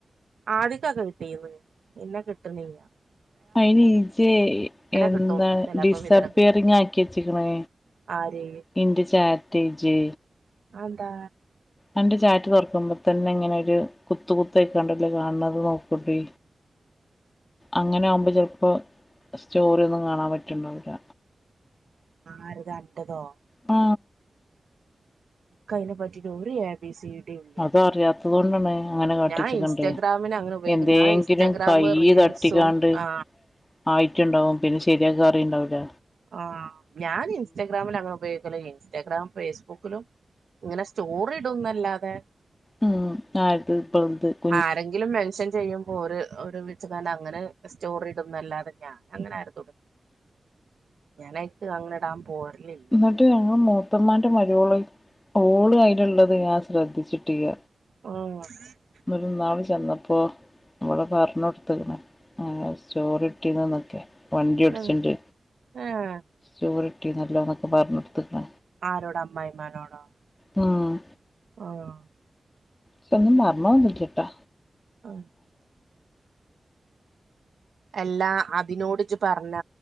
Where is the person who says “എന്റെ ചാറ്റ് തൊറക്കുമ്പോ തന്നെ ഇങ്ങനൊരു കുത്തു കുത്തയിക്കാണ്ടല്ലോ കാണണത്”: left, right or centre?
Left